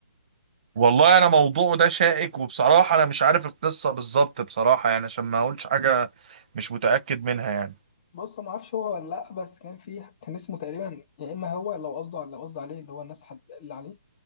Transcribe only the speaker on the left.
بص ما اعرفش هو ولا لا بس كان فيه كان اسمه تقريبا يا اما هو لو قصده على- لو قصده عليه اللي هو الناس حد اللي عليه